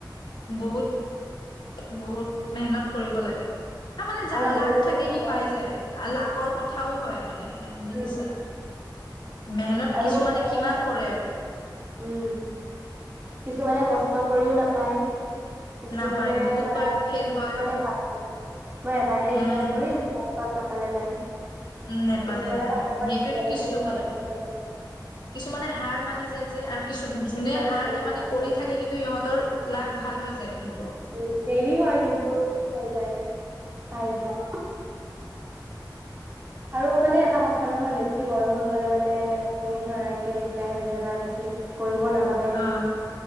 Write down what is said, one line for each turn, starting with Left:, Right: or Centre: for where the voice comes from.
Left: বহুত বহুত মেহনত কৰিব লাগে হ মানে যাৰ
Right: আৰু আজিকালিতো
Left: লাক থাকে
Right: পঢ়াই
Left: সি পাই
Right: চব
Left: যায় লাকৰ কথাও হয় মানে। বুজিছা
Right: উম
Left: মেহনত
Right: আৰু
Left: কিছুমানে
Right: এটা কথা
Left: কিমান
Right: ন-
Left: কৰে।
Right: উম, কিছুমান মানে কষ্ট কৰিও নাপায়। কিছুমানে
Left: নাপায় বহুত
Right: ধৰা,
Left: বাৰ ফেইল
Right: ভালকে
Left: হয়।
Right: মই এবাৰ
Left: উম
Right: ট্ৰাই কৰিম পাম নাপালে নাই।
Left: নেপালে
Right: কিছুমানে
Left: নাই।
Right: ভাবে মই
Left: সেইটোটো
Right: এতিয়ালৈকে
Left: কিছুমানে,
Right: নোৱাৰো কেতিয়াবা
Left: কিছুমানে হাৰ মানি যায় যে আৰু কিছু,
Right: কিছুমানে
Left: যোনে হাৰ
Right: পাৰিব।
Left: নেমানে কৰি থাকে কিন্তু ইহঁতৰ লাগ ভাল হৈ যায়। কিন্ত অ।
Right: উম, দেৰি হয় কিন্তু হৈ যায় পাই যায় আৰু মানে এটা কথা নহয় বেছি বয়স হৈ গলে মানে তুমি ধৰা এতিয়া ৰিটায়াৰ হৈ যাবা, বেছি কৰিব নাপাবা এইটো,
Left: অ